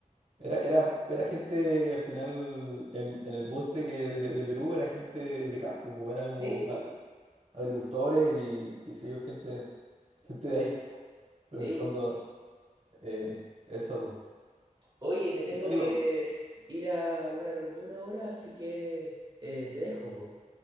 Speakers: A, on the right; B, on the right.
A: Era, era, era gente, al final, en, en el bus este que de, de Perú era gente de campo, po, era como
B: Sí, pues,
A: a- a- agricultores y qué sé yo, gente, gente de ahí, pero
B: sí.
A: en el fondo, eh, eso, po.
B: Oye, me tengo
A: Ya, amigo,
B: que ir a una reunión ahora, así que eh, te dejo, po.